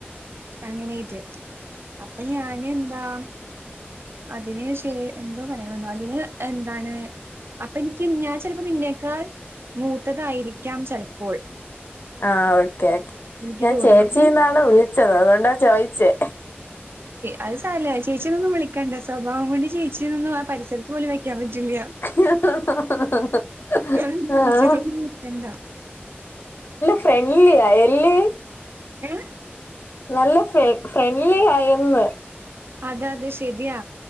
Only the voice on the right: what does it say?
അങ്ങനായിപ്പൊയ് അപ്പൊ ഞാന് എന്താ അതിന് ശെ എന്തോ പറയാൻ വന്ന് അതിന് എന്താണ് അപ്പൊ എനിക്ക് ഞാൻ ചിലപ്പോ നിന്നേക്കാൾ മൂത്തതായിരിക്കാം ചെലപ്പോൾ.
എനിക്ക്
തോന്നുന്നു
നീ
അത് സാരല്ല ചേച്ചിന്ന് ഒന്നുവിളിക്കണ്ട സ്വഭാവം കൊണ്ട് ചേച്ചി നൊന്നുംആ പരിസരത്ത് പോലും വെക്കാൻ പറ്റില്ല.
താൻ ചേച്ചി
ഒന്നു വിളിക്കണ്ട.
ഏഹ്
അത് അത് ശരിയാ